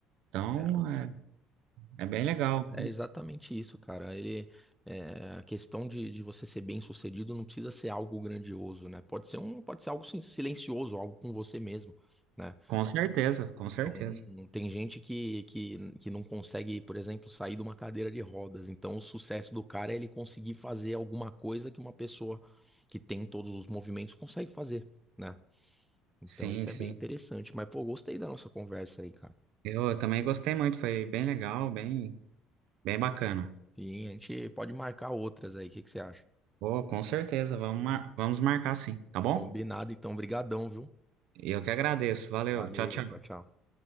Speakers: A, on the right (about 70°); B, in the centre.
A: Então,
B: É,
A: é, é bem legal.
B: é é exatamente isso, cara. Ele, é, a questão de, de você ser bem-sucedido não precisa ser algo grandioso, né? Pode ser um, pode ser algo sin- silencioso, algo com você mesmo, né?
A: Com certeza, com
B: Então,
A: certeza.
B: tem gente que, que, que não consegue, por exemplo, sair de uma cadeira de rodas. Então, o sucesso do cara é ele conseguir fazer alguma coisa que uma pessoa que tem todos os movimentos consegue fazer, né? Então,
A: Sim,
B: isso
A: sim.
B: é bem interessante. Mas, pô, gostei da nossa conversa aí, cara.
A: Eu também gostei muito, foi bem legal, bem, bem bacana.
B: E a gente pode marcar outras aí. O que que você acha?
A: Pô, com certeza, vamos, mar- vamos marcar sim, tá bom?
B: Combinado, então. Brigadão, viu?
A: E eu que agradeço, valeu,
B: Valeu,
A: tchau, tchau.
B: tchau, tchau.